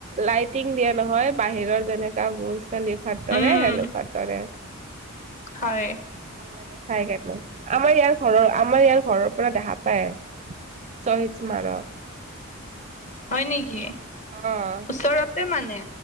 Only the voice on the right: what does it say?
লাইটিং দিয়া নহয় বাহিৰৰ যেনেকা বস্ চালি ভাটৰে
সেনেকুৱা কৰে।
লাগে চাই আমাৰ ইয়াৰ ঘৰৰ আমাৰ ইয়াৰ ঘৰৰ পৰা দেখা পায়। চহিচ্ট মাৰ'?
অ'